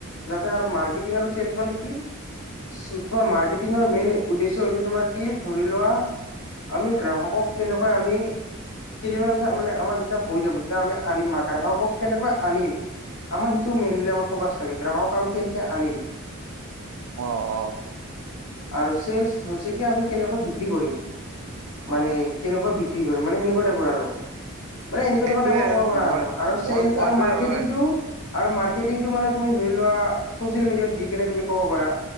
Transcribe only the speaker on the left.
যাতে আৰু মাৰ্কেটিং আৰু ছেলচ মানে কি। <inaudible> তোমাৰ মাৰ্কেটিঙৰ মেইন উদ্দেশ্য হৈছে তোমাৰ কি ধৰি লোৱা। আমি গ্ৰাহকক কেনেকৈ আমি। তিনিমা মান পিছত মানে আমাৰ যেতিয়া হৈ যাব তেতিয়া আমি আনিম গ্ৰাহকক কেনেকুৱা আনিম। আমাৰ সেইটো মেইনলি ফকাছ থাকে গ্ৰাহক আমি কেনেক আনিম।
আৰু চেলচ হৈছে কি আমি কেনেকৈ বিক্ৰী কৰিম। মানে
কেনেকৈ বিক্ৰী কৰিম মানে সেনেকুৱা তাইপৰ আৰু। মানে এনেকুৱা
এনেকুৱা টাইপৰ ক'ব পাৰা
আৰু আৰু চেল
আৰু মাৰ্কেটিংটো।
আৰু মাৰ্কেটিংটো মানে তুমি ধৰি লোৱা ছচিয়েল মিডিয়াত দি কেলে তুমি ক'ব পাৰা।